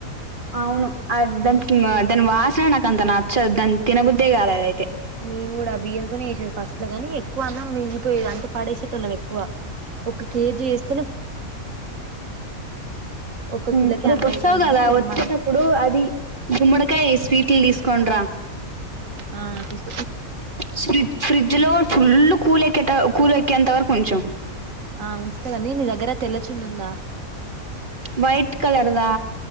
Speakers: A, on the right; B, on the right.
A: అవును అ దాన్ వాసనేనాకంత న చ దాని తినబుద్దే కాలేదు. అయితే
B: మేము కూడా బియ్యంతోనే ఏసేది ఫస్ట్ లో గాని ఎక్కువ అన్నం మిగిలిపోయేది. అంటే పడేసేటోల్లం ఎక్కువ. ఒక కేజి ఎస్ ఒక
A: ఊమ్ఊ
B: కిలోకి
A: రేపు
B: అంత
A: వస్తావు
B: అయితుందని
A: కదా
B: ఇక
A: వచ్చేటప్పుడు
B: మనం
A: అది గుమ్మడికాయ స్వీట్ కిల్ తీస్కోండ్రా
B: ఆ తీసు
A: ఫ్రిడ్జ్ ఫ్రిడ్జ్ లో ఫుల్ కూల ఎక కూల్ ఎక్కేంతవరకు ఉంచం
B: ఆ ఉంచుత గని నీ దగ్గర తెల్లచున్నుందా.
A: వైట్ కలర్ దా